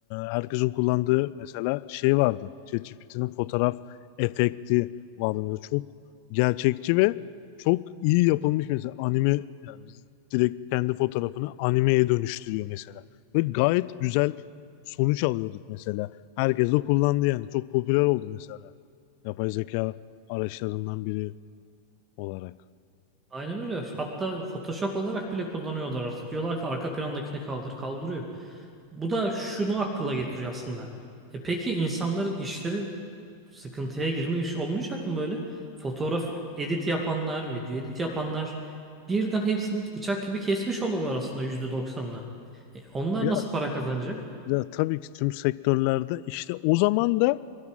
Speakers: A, on the left; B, on the right.
A: herkesin kullandığı mesela şey vardı. ChatGPT'nin fotoğraf efekti vardı. Mesela çok gerçekçi ve çok iyi yapılmış mesela anime yani biz direkt kendi fotoğrafını animeye dönüştürüyor mesela. Ve gayet güzel sonuç alıyorduk mesela. Herkes de kullandı yani. Çok popüler oldu mesela. Yapay zeka araçlarından biri olarak.
B: Aynen öyle. Hatta Photoshop olarak bile kullanıyorlar artık. Diyorlar ki arka plandakini kaldır, kaldırıyor. Bu da şunu akla getiriyor aslında. E peki insanların işlerin sıkıntıya girmiş olmayacak mı böyle? Fotoğraf edit yapanlar, video edit yapanlar birden hepsini bıçak gibi kesmiş oluyorlar aslında %90'ını. E onlar
A: Ya,
B: nasıl para kazanacak?
A: ya tabii ki tüm sektörlerde işte o zaman da